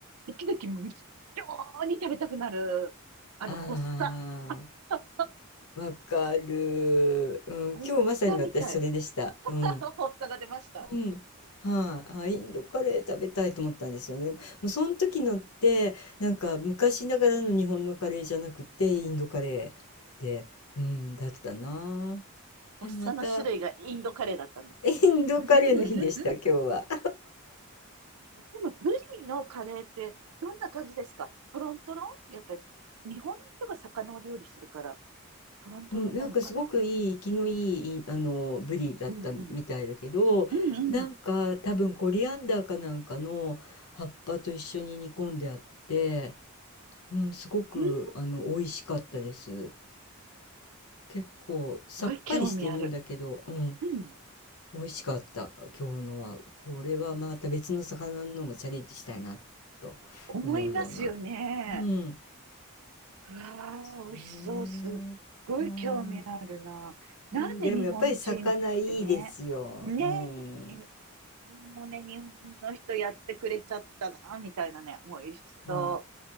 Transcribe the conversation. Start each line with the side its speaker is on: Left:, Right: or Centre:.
Right: 時々無性に食べたくなる、あの、
Left: あ
Right: 発作。あ
Left: あ、わかる。うん、
Right: 発作みたい。
Left: 今日まさに私それでした。
Right: <laughs>
Left: うん。
Right: 発作が出ました。
Left: うん。はい。あ、インドカレー食べたいと思ったんですよね。もうその時のって、なんか昔ながらの日本のカレーじゃなくて、インドカレーで、うん、だったな。
Right: 発作の種類がインドカレーだったんですね。
Left: で、また、インドカレーの日でした、
Right: <laughs> で
Left: 今日は。
Right: も、ブリのカレーってどんな感じですかトロントロンやっぱり、日本の人が魚を料理するから、トロントロンなのかな
Left: うん、なんかすごくいい、生きのいい、いあの、ブリだったみたいだけど、
Right: うんうん。うんうん。
Left: なんか多分コリアンダーかなんかの葉っぱと一緒に煮込んであって、うん、すごく、
Right: うんす
Left: あの、美味しかったです。結構さっぱりしてるんだけど、
Right: ごい興味ある。
Left: うん、
Right: うん。
Left: 美味しかった、今日のは。これはまた別の魚のもチャレンジしたいなと思うような。
Right: 思いますよね。
Left: うん、
Right: うわ
Left: そうね。
Right: ー、美味しそう。すっごい興味あるな。
Left: はーい。
Right: なんで日本人ってね、
Left: うん、でもやっぱり魚いいですよ。
Right: ね
Left: うん。
Right: え、にもうね、日本の人やってくれちゃったな、みたいなね、美味しそ
Left: は